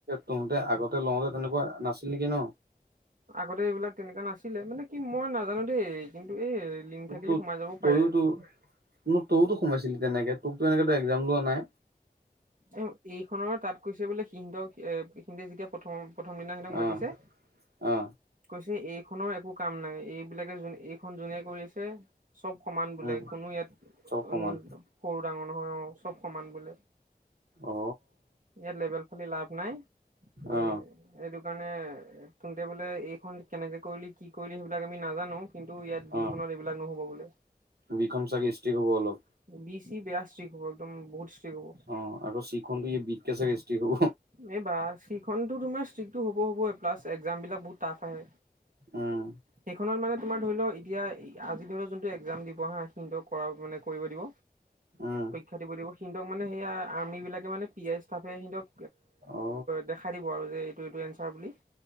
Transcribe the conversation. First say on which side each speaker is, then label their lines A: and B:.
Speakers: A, on the right; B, on the right.
A: তহতে আগতে লওঁতে তেনেকুৱা নাছিল নেকি ন
B: আগতে এইবিলাক তেনেকুৱা নাছিলে মানে কি মই নাজানো দেই কিন্তু এই লিংক থাকিলে
A: ত
B: সোমাই যাব
A: তয়তো
B: পাৰে।
A: মোক তইতোমাইছিলি তেনেকে তোকো এনেকো একজাম লোৱা নাই
B: এ এইখনৰ তাত কৈছে বোলে সিহঁতক এ সিহতে যেতিয়া প্ৰথম প্ৰথম দিনা সিহতক মাতিছে
A: অ অ
B: কৈছে এই এইখনৰ একো কাম নাই এইবিলাকে যোনে এইখন যোনে কৰিছে চব সমান বোলে
A: উম
B: কোনো ইয়াত উ
A: চব সমান
B: সৰু ডাঙৰ নহয় অ চব সমান বোলে
A: অ
B: ইয়াত লেবেল ফালি লাভ নাই এ
A: অ
B: এইটো কাৰণে এ তুতে বোলে এইখন কেনেকে কৰিলি কি কৰিলি সেইবিলাক আমি নাজানো কিন্তু ইয়াত বিখনত
A: অ
B: এইবিলাক নহ'ব বোলে
A: বিখন চাগে ষ্ট্ৰিক হ'ব অলপ
B: বি সি বেয়াষ্টিক হব একদম বহুত ষ্ট্ৰিক হব
A: অ আকৌ চিখনতো ই বিতকে চাগে ষ্ট্ৰিক হ'ব
B: এইবাৰ সিখনতটো তোমাৰ ষ্ট্ৰিকটো হ'ব হব ক্লাছ এক্জাম বিলাক বহুত টাফ আহে
A: উম
B: সেইখনত মানে তোমাৰ ধৰি লও এতিয়া আজি ধৰি লওক যোনটো এক্জাম দিব অহা সিহতক কৰা মানে কৰিব দিব
A: উম
B: পৰীক্ষা দিব দিব সিহঁক মানে সেইয়া আৰ্মিবিলাকে মানে পি এ ষ্টাফে সিহতক
A: অ
B: দেখাই দিব আৰু যে এইটো এনাৰ বুলি